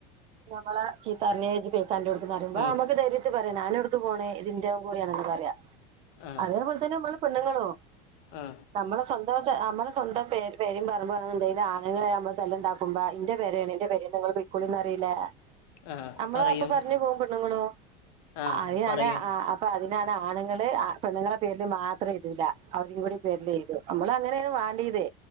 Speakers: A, on the right; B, on the left.
A: ഞമ്മളെ ചീത്ത പറഞ്ഞു ഇജി പെയ്ക്കോ അന്റോട്ന്ന് പറയുമ്പോൾ
B: ഉം,
A: നമുക്ക് ദൈര്യത്തിൽ പറയാം ഞാൻ എവിടേക്ക് പോണേ ഇത് എൻ്റെ കൂടെ ആണെന്ന് പറയാ
B: ആ
A: അതേപോലെ തന്നെ നമ്മൾ പെണ്ണുങ്ങളും
B: ആ
A: നമ്മളെ സ്വന്തം നമ്മളെ സ്വന്തം പെരയും പറമ്പും അങ്ങനെ എന്തെലും ആണുങ്ങളെ ആകുമ്പോൾ നമ്മള് തല്ലുണ്ടാക്കും ക്കുമ്പോ ഇന്റെ പെരേണ് എന്റെ പെരേണ് നിങ്ങള് പെയ്ക്കോളിന്ന് പറയൂലെ
B: ആ
A: നമ്മള്
B: പറയും
A: അപ്പൊ പറഞ്ഞു പോകും പെണ്ണുങ്ങളും
B: ആ
A: അതിനാണ്
B: പറയൂ
A: അപ്പൊ അതിനാണ് ആണുങ്ങള് ആ പെണ്ണുങ്ങളുടെ പേരില് മാത്രം എഴുതൂല്ല അവരയും കൂടി പേരില് എഴുതും നമ്മൾ അങ്ങനെയാണ് വേണ്ടിയത്